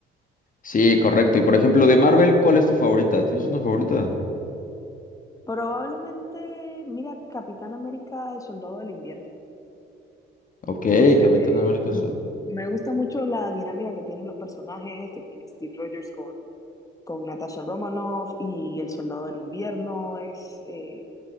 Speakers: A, on the left; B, on the left.
A: Sí, correcto. Y por ejemplo, de Marvel, ¿cuál es tu favorita? ¿Tienes una favorita?
B: Probablemente, mira, Capitán América, el Soldado del Invierno.
A: Ok,
B: No sé,
A: Capitán
B: me,
A: América.
B: m- me gusta mucho la dinámica que tienen los personajes, que tiene Steve Rogers con, con Natasha Romanoff y el Soldado del Invierno. Es, eh,